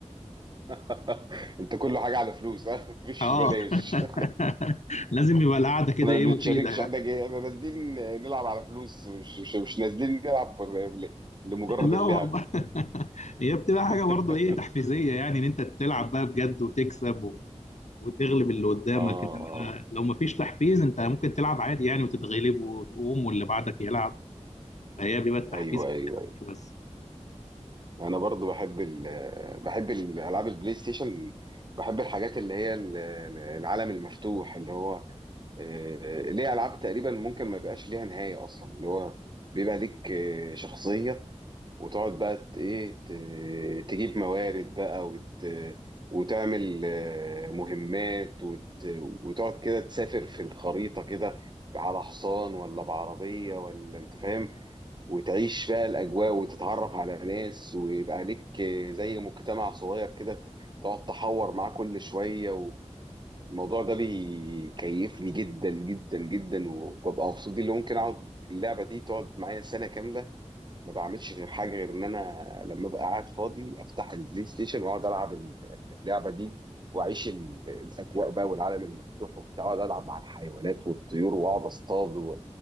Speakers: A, on the right (about 40°); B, on the left (about 75°).
A: <laughs> انت كل حاجه على فلوس <laughs> مفيش
B: اه
A: بلاش
B: <laughs> لازم يبقى القعده كده
A: احنا
B: ايه
A: ما بنتشاركش
B: مفيده يعني
A: احنا جاي احنا نازلين نلعب على فلوس مش مش, مش نازلين نلعب فور- ل- لمجرد
B: <laughs> لا
A: اللعب
B: والله <laughs> هي بتبقى حاجه
A: <laughs>
B: برضو ايه تحفيزيه يعني ان انت تلعب بقى بجد وتكسب و... وتغلب اللي قدامك
A: اه
B: انما
A: اه
B: لو مفيش تحفيز انت ممكن تلعب عادي يعني وتتغلب وتقوم واللي بعدك يلعب فهي بيبقى التحفيز
A: ايوه
B: في الحتة
A: ايوه ايوه
B: دي بس
A: انا برضو بحب ال بحب الالعاب البلاي ستيشن بحب الحاجات اللي هي ال- العالم المفتوح اللي هو آه، ليه العاب تقريبا ممكن ما يبقاش ليها نهايه اصلا اللي هو بيبقى ليك آه، شخصيه وتقعد بقى ت- ايه ت- تجيب موارد بقى وت وتعمل آه، مهمات وت... وتقعد كده تسافر في الخريطة كده على حصان ولا بعربية ولا انت فاهم وتعيش بقى الأجواء وتتعرف على ناس ويبقى ليك آه، زي مجتمع صغير كده ت- تقعد تحور معاه كل شوية والموضوع ده بيكيفني جدا جدا جدا وببقى مبسوط بيه اللي ممكن اقعد اللعبة دي تقعد معايا سنة كاملة ما بعملش غير حاجه غير ان انا لما ابقى قاعد فاضي افتح البلاي ستيشن واقعد العب اللعبه دي واعيش ال- الاجواء بقى والعالم المفتوح وبتاع اقعد العب مع الحيوانات والطيور واقعد اصطاد و-